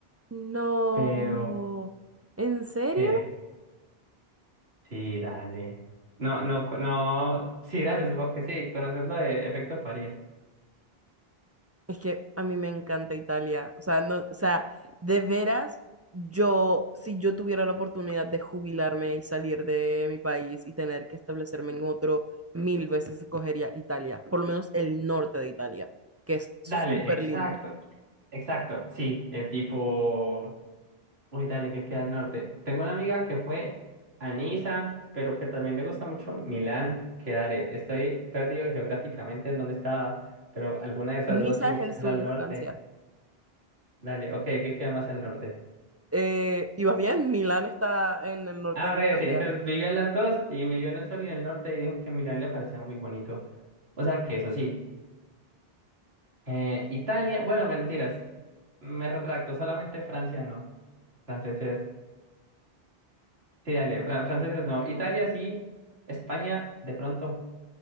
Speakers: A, on the right; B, on the right.
A: no.
B: Pero,
A: ¿En serio?
B: ¿qué? Sí, dale. No, no, co- no. Sí, dale, supongo que sí. Conoces lo de efecto París.
A: Es que a mí me encanta Italia. O sea, no, o sea, de veras, yo, si yo tuviera la oportunidad de jubilarme y salir de mi país y tener que establecerme en otro, mil veces escogería Italia, por lo menos el norte de Italia, que es
B: Dale,
A: súper
B: exacto.
A: lindo.
B: Exacto, sí. eh, tipo. Uy, dale, que queda al norte. Tengo una amiga que fue a Niza, pero que también le gusta mucho Milán, que dale, estoy perdido geográficamente en dónde estaba, pero alguna de esas
A: Niza
B: dos tiene
A: es
B: que
A: el
B: estar
A: sur
B: al
A: de
B: norte.
A: Francia.
B: Dale, ok, ¿qué queda más al norte?
A: Eh, ¿y vas bien? Milán está en el norte
B: Ah,
A: de
B: breve,
A: Italia.
B: sí, entonces vivió en las dos y vivió en el sur y en el norte y dijo que Milán le parecía muy bonito. O sea que eso sí, eh, Italia, bueno, mentiras, me retracto, solamente Francia no, franceses, sí, dale, fran- franceses no, Italia sí, España de pronto.